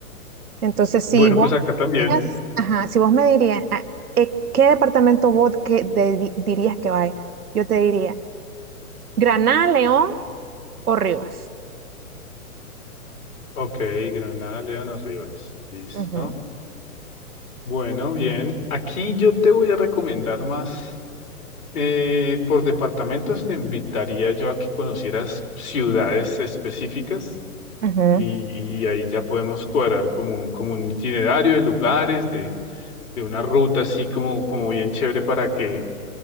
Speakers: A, on the right; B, on the left.
A: Entonces,
B: bueno,
A: si vos
B: pues acá
A: me
B: también.
A: dirías, ajá, si vos me dirías, ah, eh, ¿qué departamento vos que de- di- dirías que vaya? Yo te diría, Granada, León o Rivas.
B: Ok, Granada, León, Rivas. Listo.
A: Ujú,
B: Bueno, bien. Aquí yo te voy a recomendar más. eh, por departamentos te invitaría yo a que conocieras ciudades específicas
A: ujú,
B: y, y ahí ya podemos cuadrar como, un- como un itinerario de lugares, de, de una ruta así como, como bien chévere para que